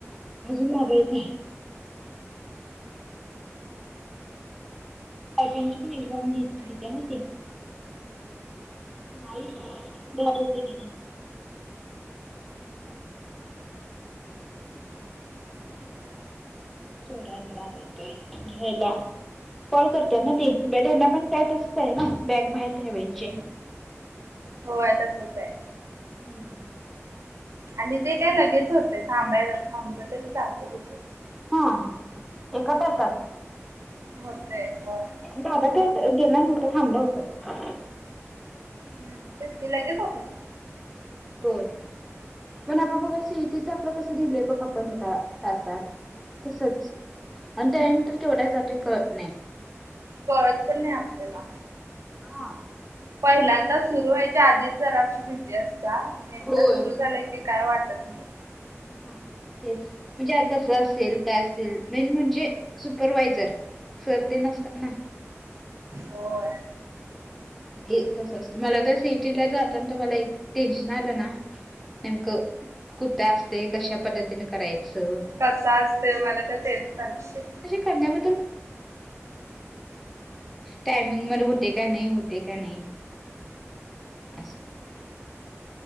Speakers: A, in the centre; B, on the right (about 70°).
A: अजून लाबायेत हयपीनची पण एक्झाम देते ना ते नाही बहा होते ठीक आहे
B: <unintelligible>
A: चोडला रा आयतयेला <unintelligible> कॉल करतय ना ती ब त्यांना पण का तसच आहे ना बॅग बाहेर ठ्यावायचे.
B: होय तसच आहे.
A: हम्म.
B: आणि ते काय लगेच होतें थांबायला थांबलं तरी चालत तिथं.
A: हा एक तासात
B: होतेय होय.
A: दादा का गेला नव्हता थांबलं होता.
B: हम् तेस लागे पाफेस.
A: होय. पण आपण बघा सिटीच आपलं कसं दिलंय बघ आपण तासात तसच आणि त्या तर तेवढ्या जातय क नाही.
B: कळज पण नाही आपल्याला
A: हा.
B: पहिल्यांदा सुरू व्हायच्या आधीच जरा अशी भीती असता म एकदा
A: होय
B: सुरु झाल्या की काय वाटत मी
A: हा तेच म्हणजे कसं असेल काय असेल मेन म्हणजे सुपरवायझर सर्ती नसतात ना
B: होय.
A: हे कसं असत मला तर सिटीला जात ना तर मला इ टेन्शन आलं ना नेमकं कुठं असते कश्या पद्धतीन करायचं
B: कसा असते मला तर तेल सांगतते
A: ब टमंग टेनमंग हो का नाही होत. ते का नाही असं